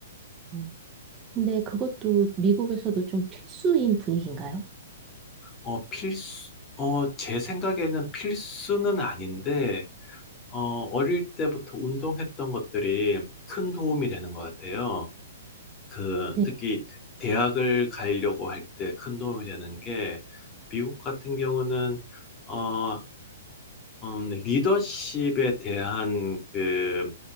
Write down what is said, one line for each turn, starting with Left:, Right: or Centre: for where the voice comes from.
Right: 어, 근데 그것도 미국에서도 좀 필수인 분위기인가요?
Left: 어, 필수, 어, 제 생각에는 필수는 아닌데, 어, 어릴 때부터 운동했던 것들이 큰 도움이 되는 것 같아요. 그,
Right: 네,
Left: 특히 대학을 가려고 할 때 큰 도움이 되는 게, 미국 같은 경우는, 어, 음, 리더십에 대한 그,